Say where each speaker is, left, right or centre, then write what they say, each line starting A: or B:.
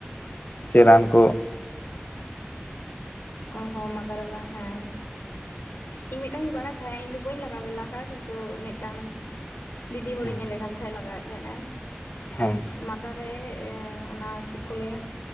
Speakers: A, on the left (about 45°); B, on the left (about 80°).
A: ᱪᱮᱫ ᱨᱟᱱ ᱠᱚ
B: ᱚ ᱦᱚᱸ ᱢᱟᱫᱟᱨᱮ ᱵᱟ ᱦᱮᱸ ᱤᱧ ᱢᱤᱫᱴᱟᱝ ᱤᱧ ᱵᱟᱲᱟᱭ ᱛᱟᱦᱮᱸᱫ ᱤᱧ ᱫᱚ ᱵᱟᱹᱧ ᱞᱟᱜᱟᱣ ᱜᱮᱞᱟ ᱟᱠᱟᱜᱼᱟ ᱠᱤᱱᱛᱩ ᱢᱤᱫᱴᱟᱝ ᱫᱤᱫᱤ ᱦᱚᱲᱮᱧ
A: ᱦᱮᱸ
B: ᱧᱮᱞᱮ ᱠᱟᱱ ᱛᱟᱦᱮᱸ ᱞᱟᱜᱟᱣᱮᱫ ᱛᱟᱦᱮᱸᱱᱟᱭ᱾
A: ᱦᱮᱸ᱾
B: ᱢᱟᱸᱫᱟ ᱨᱮ ᱚᱱᱟ ᱪᱮᱫ ᱠᱚ ᱞᱟᱹᱭᱟ